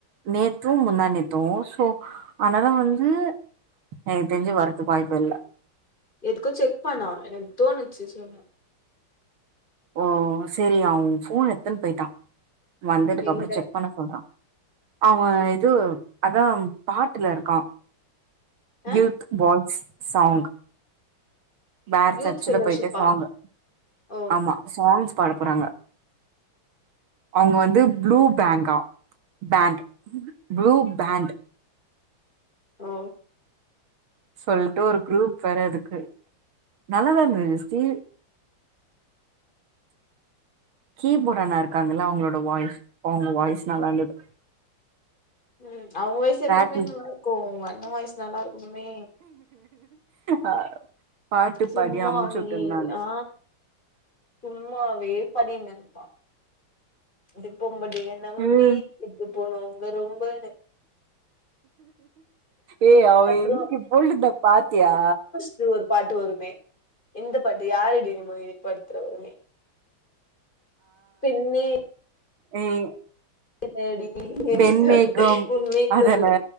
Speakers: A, on the right; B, on the left.
A: நேத்து முந்தா நேத்து சோ அனால வந்து எனக் தெஞ்சு வரத்துக்கு வாய்ப்பு இல்ல
B: எதுக்கு செக் பண்ணு எனக்கு தோணுச்சு சொன்ன
A: ஓ செரி அவ ஃபோன் எடுத்துன் போயிட்டா வந்ததுக்
B: எங்க
A: அப்பறோ செக் பண்ண சொல்ற அவ இது அதா பாட்டுல இருக்கா
B: ஆ
A: யூத் பாய்ஸ் சாங் வேற
B: யூத்
A: சர்ச்சுல
B: ஃபெல்லோஷிப்பா
A: போயிட்டு சாங்கு
B: ஓ
A: ஆமா சாங்ஸ் பாட போறாங்க அவ்ங்க வந்து ப்ளூ பேங்கா பேண்ட் ப்ளூ பேண்ட்
B: ஓ
A: சொல்ட்டு ஒரு குரூப் வேற இருக்கு நல்லாதான இருந்து ஹிஸ்டி கீபோர்ட் அண்ணா இருக்காங்கல அவங்களோட வாய்ஸ் அவ்ங்க வாய்ஸ் நல்லா இருந்தது
B: ம் அவ்ங்க வாய்ஸ்ஸு
A: பிராக்டிஸ்
B: எப்பயுமே நல்லாருக்கு ஒங்க அண்ண வாய்ஸ் நல்லாருக்கணுமே
A: ஆ பாட்டு
B: சும்மாவே
A: பாடி அம்ச்சுவுட்டுருந்தாங்க
B: ஆ சும்மாவே பாடின்னு இருப்பா இப்பம்படிய நம்பி
A: ம்
B: இப் போனவங்க ரொம்பன்னு
A: ஏ அவ
B: அப்புறோ
A: இன்க்கு போட்ருந்தா பாத்தியா
B: இது ஒரு பாட்டு வருமே இந்த பாட்டு யாரடி நீ மோகினி படத்ல வருமே பெண்ணே
A: ம்
B: என்னடி நீ என்ன
A: பெண்மேகம்
B: சொல்ல உண்மைய
A: அதான
B: சொல்லு